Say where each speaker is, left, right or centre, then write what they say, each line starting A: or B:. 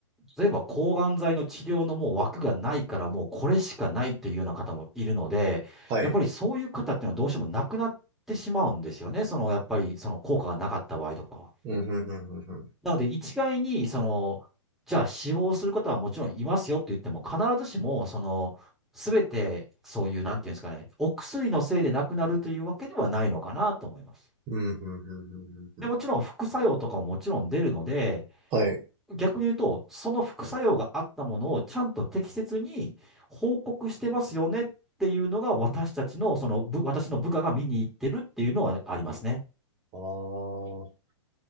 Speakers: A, in the centre; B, on the right.
A: う、例えば抗がん剤の治療のもう枠がないから、もうこれしかないというような方もいるので、
B: はい。
A: やっぱりそういう方っていうのはどうしてもなくなってしまうんですよね。その、やっぱりその効果がなかった場合とかは。
B: うん、うん、うん、うんうん。
A: なので一概に、その、じゃあ死亡する方はもちろんいますよって言っても、必ずしも、その、すべてそういう、なんていうんですかね、お薬のせいで亡くなるというわけではないのかなと思います。
B: うん、うん、うん、うんうん。
A: で、もちろん副作用とかももちろん出るので、
B: はい。
A: 逆に言うと、その副作用があったものをちゃんと適切に報告してますよねっていうのが、私たちの、その部、私の部下が見に行ってるっていうのはありますね。
B: ああ、